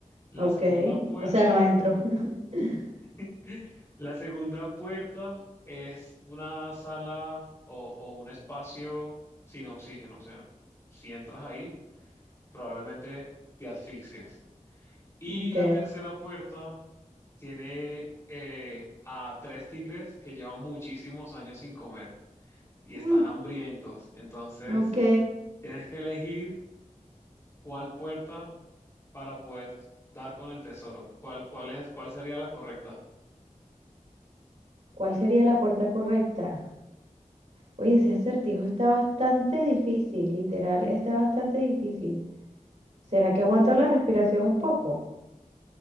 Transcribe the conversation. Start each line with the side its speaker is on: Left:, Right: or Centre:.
Left: La
Right: ok.
Left: segunda puerta,
Right: O sea, no entro. <laughs>
Left: <laughs> la segunda puerta es una sala o, o un espacio sin oxígeno, o sea, si entras ahí probablemente te asfixies. Y
Right: Ok,
Left: la tercera puerta tiene eh, a tres tigres que llevan muchísimos años sin comer y
Right: mm,
Left: están hambrientos. Entonces,
Right: ok.
Left: tienes que elegir cuál puerta para poder dar con el tesoro. ¿Cuál, cuál es, cuál sería la correcta?
Right: ¿Cuál sería la puerta correcta? Oye, ese acertijo está bastante difícil, literal, está bastante difícil. ¿Será que aguanto la respiración un poco?